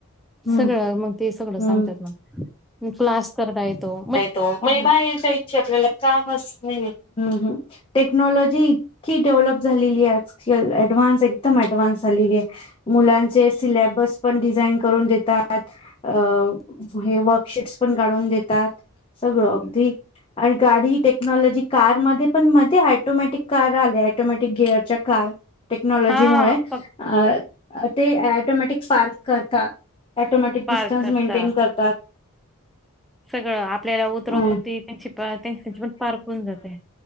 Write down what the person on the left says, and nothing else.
हम्म
हम्म
काय तो म्हणजे बाहेर जायची आपल्याला कामच नाहीये. हम्म हम्म टेक्नॉलॉ इतकी डेवलप झालेली आहे की आजकाल ॲडव्हान्स एकदम ॲडव्हान्स झालेली आहे. मुलानं ते सिल्याबस पण डिझाईन करून देतात. अ हे वर्कशीट्स पण काढून देत सगळं अगदी आणि गाडी टेक्नॉलॉजी कारमध्ये पण मध्ये ऑटोमॅटिक कार आले ऑटोमॅटिक गिअरच्या कार. टेक्नॉलॉजी
मुळे
अ अ ते ऑटोमॅटिक पार्क करता ॲटोमॅटिक
डिस्टन्स
मेंटेन करतात.
हम्म